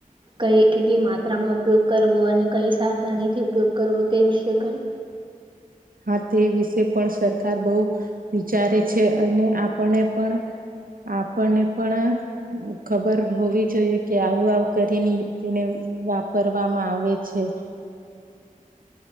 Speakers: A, on the right; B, on the right.
A: કઈ કેટલી માત્રામાં ઉપયોગ કરવો અને કઈ સાવધાનીથી ઉપયોગ કરવો તે વિશે કઈ
B: હા તે વિશે પણ સરકાર બહુ વિચારે છે અને આપણને પણ આપણને પણ ખબર હોવી જોઈએ કે આવું આવું કરીને તેને વાપરવામાં આવે છે